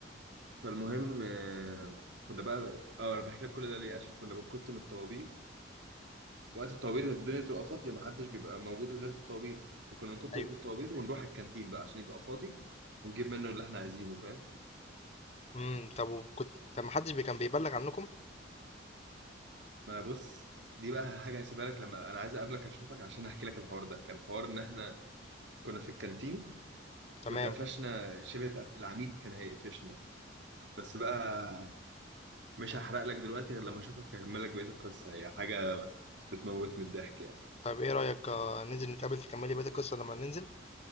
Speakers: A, on the right (about 70°); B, on the left (about 35°).
A: فالمهم آه، كنا بقى اه انا بحكي لك كل ده ليه عشان كنا بنكت من الطوابير وقت الطوابير الدنيا تبقى فاضية محدش بيبقى موجود غير في الطوابير فكنا نكت
B: أيوه
A: من الطوابير ونروح الكانتين بقى عشان يبقى فاضي ونجيب منه اللي احنا عايزينه فاهم
B: امم طب وكنت طب محدش بي- كان بيبلغ عنكم
A: ما أنا بص دي بقى حاجة هسيبها لك لما أنا عايز أقابلك أشوفك عشان أحكي لك الحوار ده كان حوار إن إحنا كنا في الكانتين
B: تمام
A: واتقفشنا شبه تق- العميد كان هيقفشنا بس بقى مش هحرق لك دلوقتي غير لما اشوفك هكمل لك بقيه القصه هي حاجه بتموتني من الضحك يعني
B: طب ايه رأيك آه، ننزل نتقابل تكملي بقية القصة لما ننزل